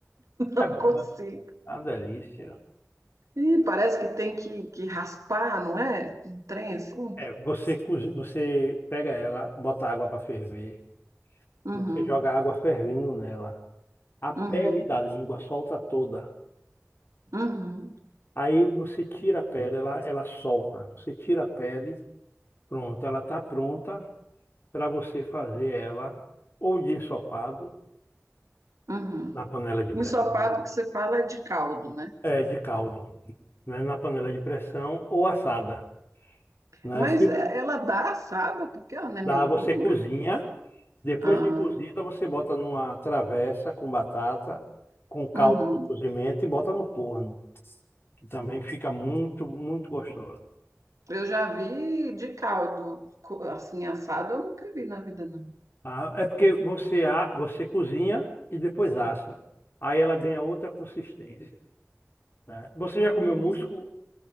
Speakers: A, on the right (about 80°); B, on the left (about 45°).
A: <laughs> Não
B: É bom,
A: consigo.
B: é uma delícia.
A: E parece que tem que, que raspar, não é? Um trem assim.
B: É, você, cozi- você pega ela, bota água para ferver,
A: Uhum,
B: você joga água fervendo nela. A pele
A: uhum,
B: da língua solta toda.
A: uhum,
B: Aí você tira a pele, ela, ela solta. Você tira a pele, pronto, ela está pronta para você fazer ela ou de ensopado
A: uhum.
B: na panela de pressão,
A: Ensopado que você fala é de caldo, né?
B: é, de caldo, né, na panela de pressão ou assada, né?
A: Mas
B: Se
A: é- ela dá assada porque ela não é
B: dá,
A: meio
B: você
A: dura.
B: cozinha. Depois
A: Ah,
B: de cozida, você bota numa travessa com batata, com caldo
A: uhum.
B: do cozimento e bota no forno, que também fica muito, muito gostoso.
A: Eu já vi de caldo, co- assim, assado eu nunca vi na vida, não.
B: Ah, é porque você, a- você cozinha e depois assa. Aí ela ganha outra consistência, né? Você já
A: Menino.
B: comeu músculo,